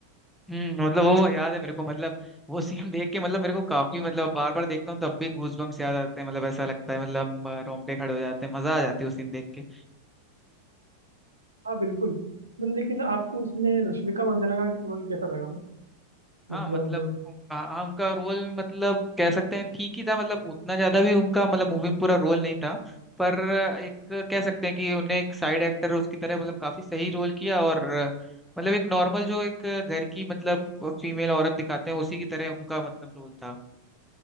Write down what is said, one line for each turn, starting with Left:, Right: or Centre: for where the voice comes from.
Centre: हम्म मतलब वो याद है मेरे को मतलब वो सीन देख के मतलब मेरे को काफी मतलब बार बार देखता हूँ तब भी गूज बम्स याद आते हैं मतलब ऐसा लगता है मतलब अ, रोंगटे खड़े हो जाते हैं मजा आ जाती है वो सीन देख के
Right: हाँ बिल्कुल मतलब लेकिन आपको उसमें रश्मिका मंदाना का रोल कैसा लगा मतलब
Centre: हाँ मतलब उनका- हाँ उनका रोल मतलब कह सकते हैं ठीक ही था मतलब उतना ज्यादा भी उनका मतलब मूवी में पूरा रोल नहीं था पर एक कह सकते हैं कि उन्हें एक साइड एक्टर उसकी तरह मतलब काफी सही रोल किया और मतलब एक नॉर्मल जो एक घर की मतलब फीमेल औरत दिखाते हैं उसी की तरह उनका मतलब रोल था